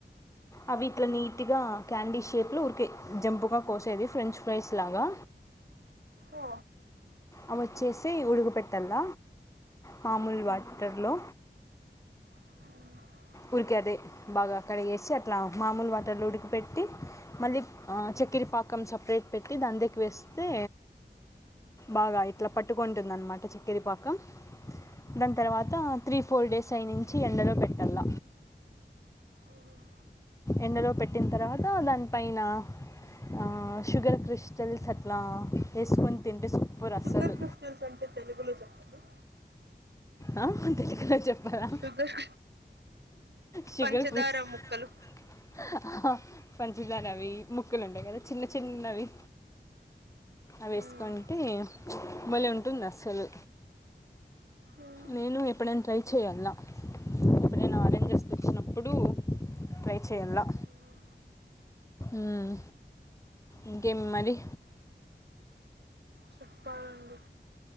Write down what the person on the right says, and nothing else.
ఓ
ఉమ్, ఉమ్
ఉమ్, ఉమ్,
ఉమ్.
షుగర్
క్రిస్టల్స్ అంటే తెలుగులో చెప్పండి.
షుగర్
పంచదార ముక్కలు
ఉమ్,
ఉమ్,
ఉమ్.
చెప్పాలండి.